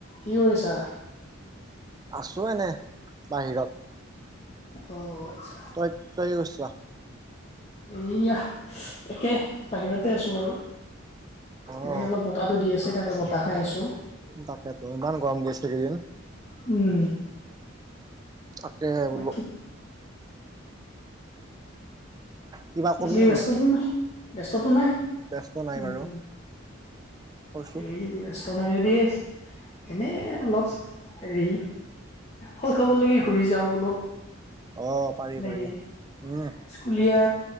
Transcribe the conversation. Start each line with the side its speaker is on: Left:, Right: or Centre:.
Left: কি কৰিছা
Right: আছো এনে বাহিৰত
Left: অ আচ্ছা
Right: তই কি কছ্যা
Left: এইয়া একে বাহিৰতে আছোঁ বাৰু এনে
Right: অ
Left: অলপ বতাহটো দি আছে এনে বতাহ খাই আছো
Right: তাকেতো ইমান গৰম দিছে এইকেইদিন
Left: উম
Right: তাকে বোলো
Left: বাকী
Right: কিবা কবি
Left: বাকী
Right: নেকি?
Left: ব্যস্ততো নাই ব্যস্ততো নাই
Right: ব্যস্ত নাই
Left: উম
Right: বাৰু
Left: উম
Right: কৈছো
Left: এইয়া ত নাই যদি এনেই অলপ হেৰি শৈশৱৰ লাগি ঘূৰি যাওঁ বোলো
Right: অ পাৰি
Left: নাকি
Right: পাৰি। উম
Left: স্কুলীয়া